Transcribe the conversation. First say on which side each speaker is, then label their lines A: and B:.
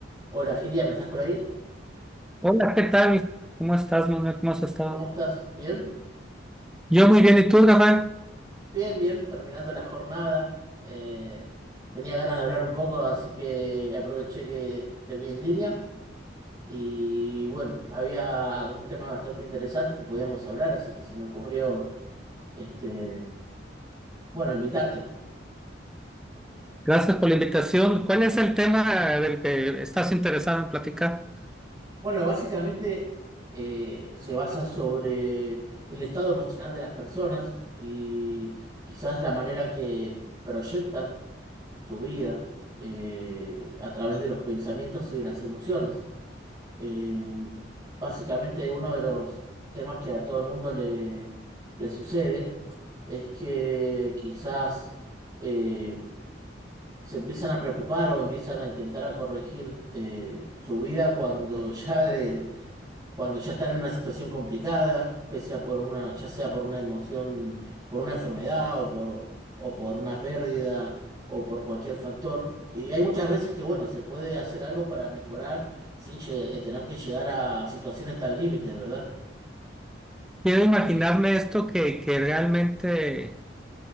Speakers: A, on the right; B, in the centre.
A: Hola, Giria, ¿me estás por ahí?
B: Hola, ¿qué tal? ¿Cómo estás, Manuel? ¿Cómo has estado?
A: ¿Cómo estás? ¿Bien?
B: Yo muy bien, ¿y tú, Rafael?
A: Bien, bien, terminando la jornada. Eh, tenía ganas de hablar un poco, así que aproveché que te vi en línea. Y bueno, había un tema bastante interesante que podíamos hablar, así que se me ocurrió, este, bueno, invitarte.
B: Gracias por la invitación. ¿Cuál es el tema del que estás interesado en platicar?
A: Bueno, básicamente eh, se basa sobre el estado emocional de las personas y quizás la manera que proyectan su vida eh, a través de los pensamientos y de las emociones. Eh, básicamente uno de los temas que a todo el mundo le, le sucede es que quizás eh, se empiezan a preocupar o empiezan a intentar a corregir eh, su vida cuando <laughs> ya de- cuando ya están en una situación complicada, pese a por una, ya sea por una emoción, por una enfermedad o por, o por una pérdida o por cualquier factor. Y hay muchas veces que, bueno, se puede hacer algo para mejorar sin lle- eh, tener que llegar a situaciones tan límites, ¿verdad?
B: Quiero imaginarme
A: Eh,
B: esto que, que realmente